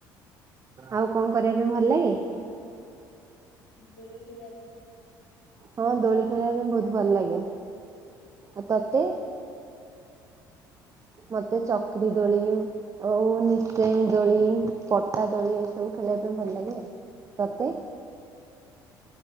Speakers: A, on the right (about 30°); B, on the left (about 70°).
A: ଆଉ କଣ କରିବା ପାଇଁ ଭଲ ଲାଗେ?
B: ଦୋଳି ଖେଳିବା ପାଇଁ
A: ହଁ ଦୋଳି ଖେଳିବା ପାଇଁ ବହୁତ ଭଲ ଲାଗେ, ଆ ତତେ? ମତେ ଚକରି ଦୋଳି। ଆଉ ନିଶ୍ଚେଇ ଦୋଳି ପଟା ଦୋଳି ଏସବୁ ଖେଳିବା ପାଇଁ ଭଲ ଲାଗେ ଆଉ। ତତେ?